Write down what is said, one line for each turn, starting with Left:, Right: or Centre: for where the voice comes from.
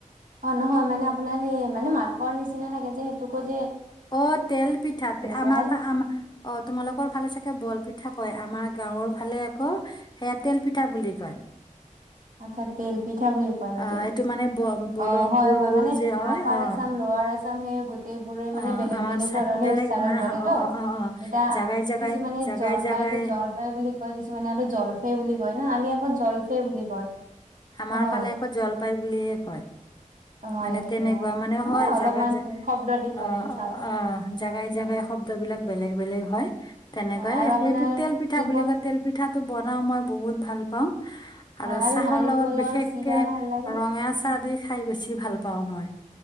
Right: অ, নহয় মানে আপোনাৰ সেই মানে মালপোৱাৰ নিচিনা থাকে যে সেইটোকোই
Left: অ, তেল পিঠা আমাৰ
Right: কোৱা হয়
Left: আম অ, তোমালোকৰ ভালে চাগে বৰপিঠা কয় আমাৰ গাঁৱৰ ফালে আকৌ সেয়া তেল পিঠা বুলি কয়।
Right: আচ্ছা তেল পিঠা বুলি ক‌ই নেকি
Left: অ এইটো মানে ব বলৰ
Right: অ, হয়-হয়
Left: গোল গোল
Right: মানে
Left: যে হয়
Right: আপাৰ
Left: অ
Right: আ‌চাম লআৰ আছাম সেই গোটেই বোৰে মানে
Left: অ
Right: বেলেগ
Left: আমাৰ
Right: বেলেগ
Left: চাই-
Right: ধৰণে
Left: বেলেগ
Right: উচ্চাৰণ
Left: মানে
Right: কৰে
Left: অ
Right: ত,
Left: অ অ অ
Right: এতিয়া
Left: জাগাই জাগাই
Right: কিছুমানে
Left: জাগাই
Right: জলপাই
Left: জাগাই
Right: জলপাই বুলি কয় কিছুমানে আৰু জলফে বুলি কয় না আমি আকৌ জলফে বুলি কয়।
Left: আমাৰ
Right: হয়
Left: ফালে আকৌ জল পায় বুলিয়ে কয়।
Right: হয়
Left: মানে তেনেকুৱা
Right: সেয়া
Left: মানে হয়
Right: অলপমান
Left: জাগা জা
Right: শব্দ ডিফাৰেন্ঞ্চ
Left: অঁ
Right: হয়
Left: অঁ জাগাই জাগাই শব্দ বিলাক বেলেগ বেলেগ হয় তেনেকৈ
Right: হয় আৰু আপোনাৰ
Left: সেইটো তেল পিঠা
Right: কি
Left: বুলি কয় তেল পিঠাটো বনাও মই বহুত ভাল পাওঁ। আৰু
Right: হয় আৰু
Left: চাহৰ
Right: নাৰিকলৰ
Left: লগত বিশেষকে
Right: চিৰা ভাল লাগে
Left: ৰঙা চাহ দি খায় বেছি ভাল পাওঁ মই।